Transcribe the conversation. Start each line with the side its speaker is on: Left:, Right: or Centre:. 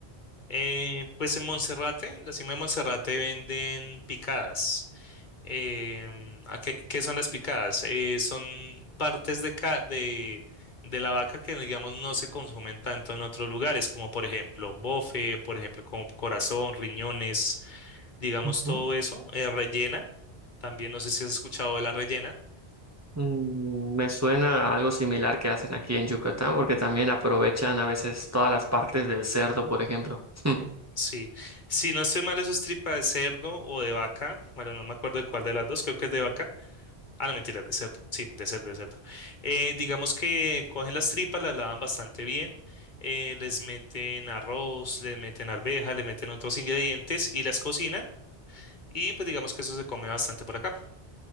Left: Eh, pues en Monserrate, en la cima de Monserrate venden picadas. Em, ¿a qué, qué son las picadas? Eh, son partes de, ca- de, de la vaca que, digamos, no se consumen tanto en otros lugares, como por ejemplo bofe, por ejemplo, como corazón, riñones, digamos,
Right: Ujú.
Left: todo eso. eh, rellena, también no sé si has escuchado de la rellena.
Right: Mm, Me suena a algo similar que hacen aquí en Yucatán, porque también aprovechan a veces todas las partes del cerdo, por ejemplo. <laughs>
Left: Sí, si no estoy mal, eso es tripa de cerdo o de vaca. Bueno, no me acuerdo de cuál de las dos, creo que es de vaca. Ah, no, mentira, de cerdo. Sí, de cerdo, de cerdo. Eh, digamos que cogen las tripas, las lavan bastante bien. eh, les meten arroz, les meten arveja, le meten otros ingredientes y las cocinan. Y pues digamos que eso se come bastante por acá.